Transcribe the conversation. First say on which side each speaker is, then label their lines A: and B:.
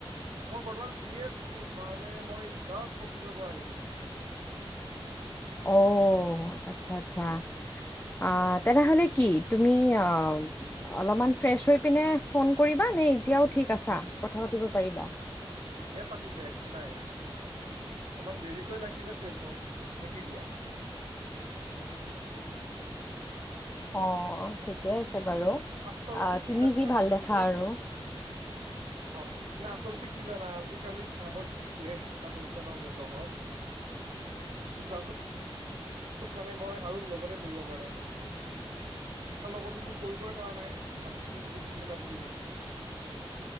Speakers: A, on the right; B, on the left.
A: মই বৰ্তমান ফ্ৰী আছো। মানে মই জাষ্ট অফিচৰ পৰা আহি পাইছো।
B: অ', আতচ্ছা, আতচ্ছা। আ, তেনেহলে কি তুমি আ? অলপমান ফ্ৰেছ হৈ পিনে ফোন কৰিবা নে, এতিয়াও ঠিক আছা, কথা পাতিব পাৰিবা?
A: এতিয় পাতিম দে একো নাই। অকমান দেৰিকৈ লাগিলে ফ্ৰেছ হম, নে কি কোৱা।
B: অঁ', ঠিকে আছে বাৰু,
A: আচলতে
B: অ',
A: কি
B: তুমি
A: জানা
B: যি ভাল দেখা আৰু।
A: অ, আচলতে কি জানা আজিকালি কামৰ যিটোৱে হেঁচা পৰিছে ন মোৰ লগত। যোগাযোগ মানে মই, কাৰো লগতে কৰিব পৰা নাই ভালকে। তোমাৰ লগতোতো কৰিবই পৰা নাই, আজি তুমি নিজে ফোন কৰিলা বুলিহে।